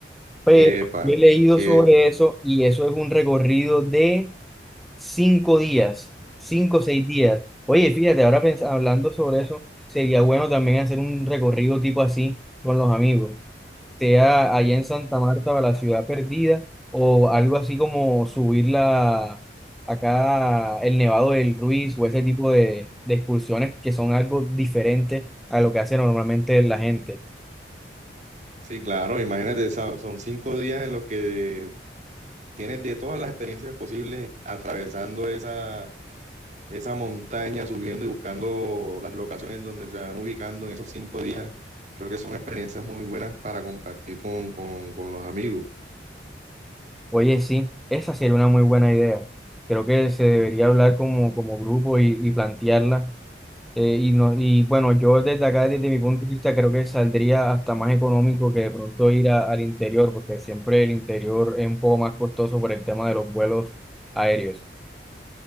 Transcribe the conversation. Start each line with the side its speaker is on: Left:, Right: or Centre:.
Centre: Pero
Right: Epa,
Centre: yo he leído
Right: que
Centre: sobre eso y eso es un recorrido de cinco días, cinco o seis días. Oye, fíjate, ahora pens- hablando sobre eso, sería bueno también hacer un recorrido tipo así con los amigos. sea allá en Santa Marta o la ciudad perdida, o algo así como subirla acá el Nevado del Ruiz o ese tipo de, de excursiones que son algo diferente a lo que hace normalmente la gente.
Right: sí, claro, imagínate, esa- son cinco días en los que tienes de todas las experiencias posibles atravesando esa, esa montaña, subiendo y buscando las locaciones donde se van ubicando en esos cinco días. Creo que son experiencias muy buenas para compartir con, con, con los amigos.
Centre: Oye, sí, esa sería una muy buena idea. Creo que se debería hablar como, como grupo y, y plantearla Eh, y, no, y bueno, yo desde acá, desde mi punto de vista, creo que saldría hasta más económico que de pronto ir a- al interior, porque siempre el interior es un poco más costoso por el tema de los vuelos aéreos.